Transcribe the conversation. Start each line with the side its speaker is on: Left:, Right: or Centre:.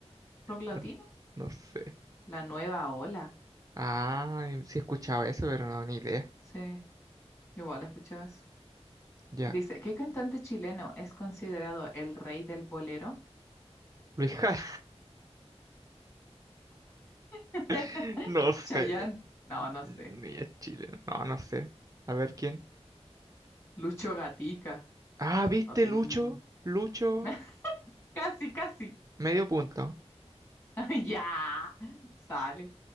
Left: ¿Rock latino?
Right: no, no sé.
Left: La nueva ola.
Right: Ah, sí he escuchado eso, pero no, ni idea.
Left: Sí, yo igual he escuchado eso.
Right: Ya.
Left: Dice, ¿qué cantante chileno es considerado el rey del bolero?
Right: Luis Jara,
Left: <laughs>
Right: <laughs> no sé.
Left: Chayanne. No, no
Right: Ni
Left: sé.
Right: es chileno, no, no sé. A ver quién.
Left: Lucho Gatica.
Right: Ah, ¿viste
Left: No tengo...
Right: Lucho? Lucho,
Left: <laughs> Casi, casi.
Right: medio punto.
Left: <laughs> Ya. Sale.